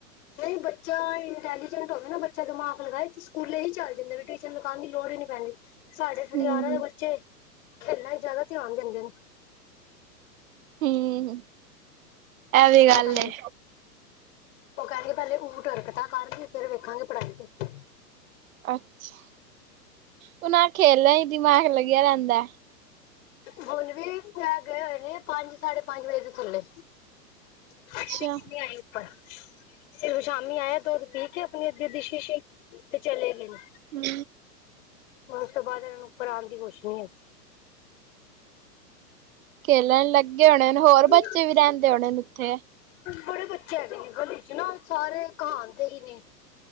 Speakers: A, on the left; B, on the right.
A: ਨਹੀਂ ਬੱਚਾ ਇੰਟੈਲੀਜੈਂਟ ਹੋਵੇ ਨਾ ਬੱਚਾ ਦਿਮਾਗ ਲਗਾਏ ਸਕੂਲੇ ਹੀ ਚੱਲ ਜਾਂਦਾ ਵੀ ਟਿਊਸ਼ਨ ਲਗਾ ਆਣ ਦੀ ਲੋੜ ਹੀ ਨੀ ਪੈਂਦੀ। ਸਾਡੇ ਠਠਿਆਰਾਂ
B: ਹੂੰ-ਹੂੰ
A: ਦੇ ਬੱਚੇ ਖੇਲਾਂ ਹੀ ਜ਼ਿਆਦਾ ਧਿਆਨ ਦਿੰਦੇ ਨੇ।
B: ਹੂੰ ਇਹ ਵੀ
A: ਉਹ
B: ਗੱਲ
A: ਕਹਿੰਦੇ
B: ਏ।
A: ਨੇ ਉਹ ਕਹਿਣਗੇ ਪਹਿਲੇ ਊਤ ਹਰਕਤਾਂ ਕਰ ਲਾਈਏ ਫਿਰ ਵੇਖਾਂਗੇ ਪੜ੍ਹਾਈ ਤੇ
B: ਅੱਛਾ ਉਹ ਨਾ ਖੇਲਣਾ ਹੀ ਦਿਮਾਗ ਲੱਗਿਆ ਰਹਿੰਦਾ।
A: ਹੁਣ ਵੀ ਫੈ ਗਏ ਹੋਏ ਨੇ ਪੰਜ ਸਾਢੇ ਪੰਜ ਵਜੇ ਦੇ ਥੱਲੇ
B: ਅੱਛਾ
A: ਖ <unintelligible>
B: ਹੂੰ
A: ਆਏ ਉੱਪਰ ਫਿਰ ਸ਼ਾਮੀ ਆਇਆ ਦੁੱਧ ਪੀ ਕੇ ਆਪਣੀ ਅੱਧੀ ਦੀ ਸ਼ੀਸ਼ੀ ਤੇ ਚਲੇ ਗਏ ਨੇ।
B: ਹੂੰ
A: ਹੁਣ ਉਸ ਤੋਂ ਬਾਅਦ ਇਹਨਾਂ ਨੂੰ ਉੱਪਰ ਆਉਣ ਦੀ ਹੋਸ਼ ਨਹੀਂ ਐ।
B: ਖੇਲਣ ਲੱਗੇ ਹੋਣੇ ਹੋਰ ਬੱਚੇ
A: ਹੈਗੀ
B: ਵੀ ਰਹਿੰਦੇ ਹੋਣੇ ਨੇ ਉੱਥੇ
A: ਬੜੇ ਬੱਚੇ ਹੈਗੇ ਨੇ ਗਲੀ 'ਚ ਨਾ ਸਾਰੇ ਇਕ ਹਾਣ ਦੇ ਹੀ ਨੇ।